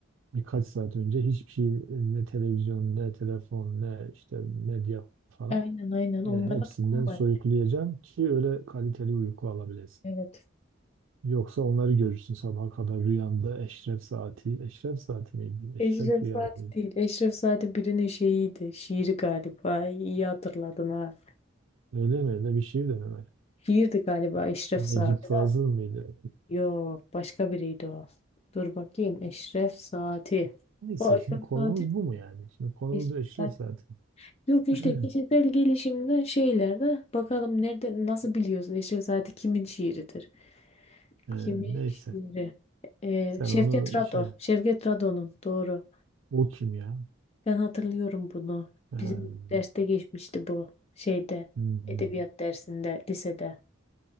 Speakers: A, on the right; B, on the left.
A: birkaç saat önce hiçbir şey e, ne televizyon ne telefon ne işte medya falan
B: Aynen aynen onlara
A: e, hepsinden
B: dokunmayın.
A: soyutlayacağım ki öyle kaliteli uyku alabilesin.
B: Evet.
A: Yoksa onları görürsün sabaha kadar rüyanda eşref saati. Eşref saati miydi? Eşref
B: Eşref
A: rüya
B: Saati
A: mıydı?
B: değil. Eşref Saati birinin şeyiydi. Şiiri galiba. İyi hatırladın ha.
A: Öyle mi? Öyle bir şey de mi var?
B: Şiirdi galiba Eşref
A: Necip
B: Saati.
A: Fazıl mıydı?
B: Yok başka biriydi o. Dur bakayım. Eşref Saati.
A: Neyse
B: O Eşref
A: şimdi konumuz
B: Saati.
A: bu mu yani? Şimdi konumuz
B: Eşref
A: da Eşref
B: Saati.
A: saati.
B: Yok işte
A: <clears throat>
B: kişisel gelişimden şeylerde bakalım nerede nasıl biliyorsun Eşref Saati kimin şiiridir?
A: Ee,
B: Kimi
A: neyse.
B: şiiri? Ee,
A: Sen
B: Şevket
A: onu
B: Rado.
A: şey
B: Şevket Rado'nun doğru.
A: o kim ya?
B: Ben hatırlıyorum bunu.
A: Ee,
B: Bizim derste geçmişti bu şeyde.
A: hmm.
B: Edebiyat dersinde lisede.